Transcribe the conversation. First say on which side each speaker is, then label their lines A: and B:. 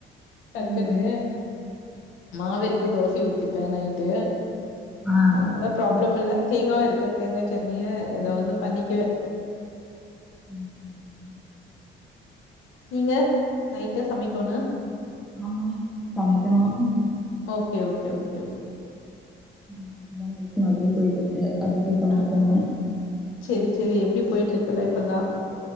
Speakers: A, on the left; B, in the centre.
A: டக்குன்னு
B: ம்
A: மாவுயிருக்கு தோசை ஊத்திப்பே நைட்டு
B: ஆ
A: அதனால்ல ப்ராப்ளமில்ல தேங்காயு இருக்கு தேங்காய் சட்னியே ஏதாவது பண்ணிக்குவே
B: ம் ம்
A: நீங்க நைட்டு சமைக்கணு
B: ஆமாங் சிஸ்டர் சமைக்கணு ம்
A: ஓகே ஓகே ஓகே ஓக்
B: <inaudible> மாதிரி போயிட்டுருக்கு அதுக்கு சமைக்கணு
A: அப்பா செரி செரி எப்பிடி போயிட்டுருக்கு லைஃபெல்லா